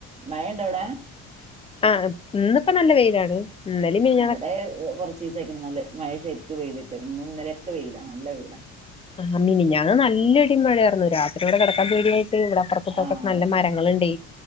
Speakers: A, on the right (about 20°); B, on the left (about 20°).
A: മഴണ്ടവിടെ?
B: ആ ഇന്നിപ്പോ നല്ല വെയിലാണ് ഇന്നല മിൻ
A: വിടെ കുറച്ച് ദിവസയിക്ക നല്ല മഴ ശരിക്ക് പെയ്തിട്ട് ഇന്നും ഇന്നലെയൊക്കെ വെയിലാ നല്ല വെയില
B: ആ മിനിഞാന്ന് നല്ല ഇടിമഴയായിരുന്നു രാത്രിവടെ കെടക്കാ പേടിയായിട്ട് ഇവിട ത്തൊക്കെ
A: ആഹ്
B: നല്ല മരങ്ങളുണ്ട്.